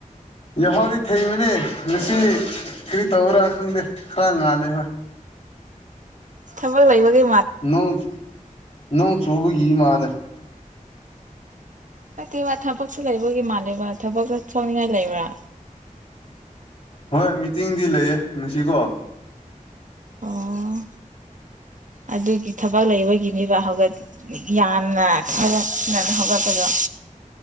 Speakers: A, on the left; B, on the right.
A: ꯌꯥꯍꯥꯎꯗꯤ ꯊꯦꯡꯕꯅꯦ ꯉꯁꯤ ꯀꯔꯤ ꯇꯧꯕ꯭ꯔꯥ ꯈꯪꯗꯦ ꯈꯔ ꯉꯥꯜꯂꯦ ꯍꯣꯏ <unintelligible>
B: ꯊꯕꯛ ꯂꯩꯕꯥꯒꯤ
A: ꯅꯣꯡ ꯅꯣꯡ ꯆꯨꯕꯒꯤ ꯃꯂꯦ
B: ꯅꯥꯠꯇꯦꯕ ꯊꯕꯛꯁꯨ ꯂꯩꯕꯒꯤ ꯃꯥꯜꯂꯦꯕ ꯊꯕꯛꯁꯨ ꯁꯨꯅꯤꯡꯉꯥꯏ ꯂꯩꯕ꯭ꯔꯥ
A: ꯍꯣꯏ ꯃꯤꯇꯤꯡꯗꯤ ꯂꯩꯌꯦ ꯉꯁꯤꯀꯣ
B: ꯑꯣ ꯑꯗꯨꯒꯤ ꯊꯕꯛ ꯂꯩꯕꯒꯤꯅꯤꯕ ꯍꯧꯒꯠ ꯌꯥꯝꯅ ꯈꯔꯥ ꯉꯟꯅꯥ ꯍꯧꯒꯠꯄꯗꯣ